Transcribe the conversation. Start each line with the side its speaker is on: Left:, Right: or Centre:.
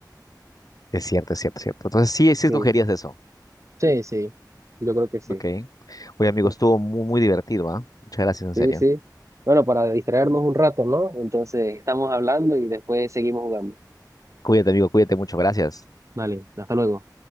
Left: Es cierto, es cierto, es cierto. Entonces sí, sí
Right: Sí,
Left: escogerías eso.
Right: sí, sí, yo creo que sí.
Left: Ok. Oye, amigo,
Right: Pues,
Left: estuvo muy, muy divertido, ¿ah? Muchas gracias, en
Right: sí,
Left: serio.
Right: sí. Bueno, para distraernos un rato, ¿no? Entonces, estamos hablando y después seguimos jugando.
Left: Cuídate, amigo, cuídate mucho. Gracias.
Right: Vale, hasta luego.